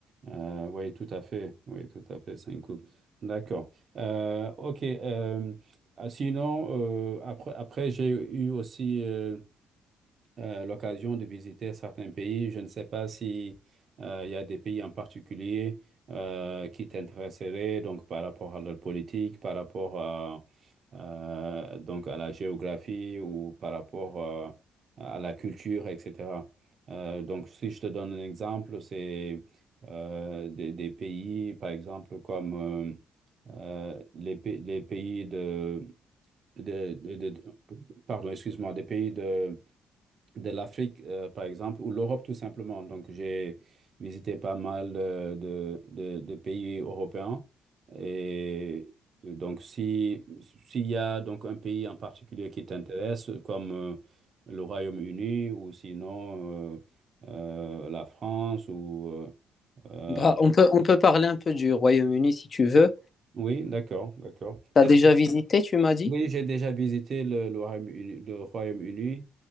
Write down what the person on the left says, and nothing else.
Bah, on peut, on peut parler un peu du Royaume-Uni si tu veux.
T'as
déjà
visité, tu m'as dit?